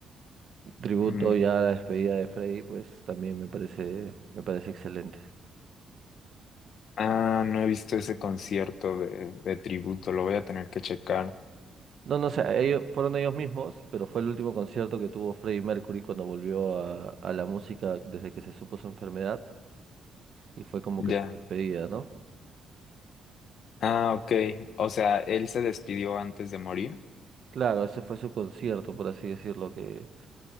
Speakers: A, on the right; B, on the left.
A: tributo
B: mm.
A: ya a la despedida de Freddy, pues también me parece, me parece excelente.
B: Ah, no he visto ese concierto de, de tributo, lo voy a tener que checar.
A: No, no sé, ellos, fueron ellos mismos, pero fue el último concierto que tuvo Freddie Mercury cuando volvió a, a la música desde que se supo su enfermedad y fue como
B: Ya.
A: que su despedida, ¿no?
B: Ah, ok. O sea, él se despidió antes de morir.
A: Claro, ese fue su concierto, por así decirlo, que